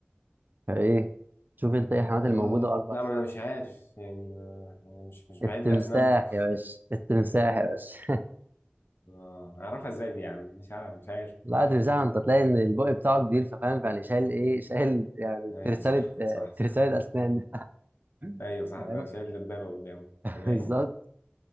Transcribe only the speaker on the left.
آه
لا
ما أنا مش عارف يعني ما أنا مش مش بعد
أسنانهم
آه أعرفها إزاي دي يا عم مش عارف مش عارف
أيوه
صح
صح صح
أيوه صح
ده شايل دبابة قدامه تمام